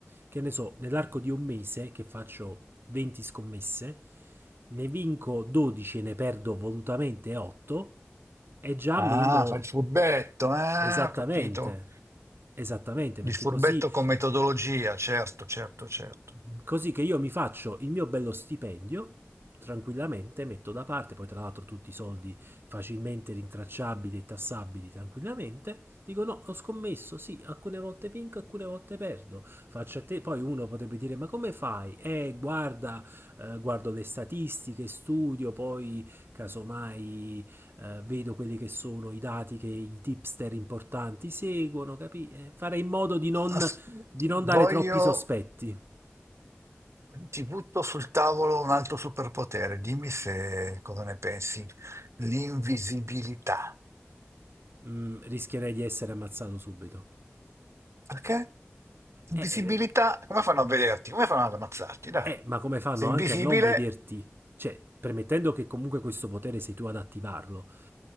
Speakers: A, on the right (about 55°); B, on the right (about 80°).
A: che ne so, nell'arco di un mese che faccio 20 scommesse, ne vinco 12 e ne perdo volutamente 8, è già meno
B: Ah, fa il furbetto, eh?
A: Esattamente,
B: Ho capito.
A: esattamente, perché
B: Il furbetto
A: così
B: con metodologia, certo, certo, certo.
A: Così che io mi faccio il mio bello stipendio, tranquillamente metto da parte, poi tra l'altro tutti i soldi facilmente rintracciabili e tassabili tranquillamente, dico no, ho scommesso, sì, alcune volte vinco, alcune volte perdo, faccio a te, poi uno potrebbe dire ma come fai? Eh, guarda, eh, guardo le statistiche, studio, poi casomai eh, vedo quelli che sono i dati che i tipster importanti seguono, capi? Eh, fare in modo di non,
B: As-
A: di
B: voglio...
A: non dare troppi sospetti.
B: Ti butto sul tavolo un altro superpotere. Dimmi se cosa ne pensi. L'invisibilità.
A: mh, rischierei di essere ammazzato subito.
B: Perché? Invisibilità,
A: Eh, eh,
B: come fanno a vederti? Come fanno ad ammazzarti? Dai.
A: eh, ma come fanno
B: Sei invisibile?
A: anche a non vederti? Cioè, premettendo che comunque questo potere sei tu ad attivarlo.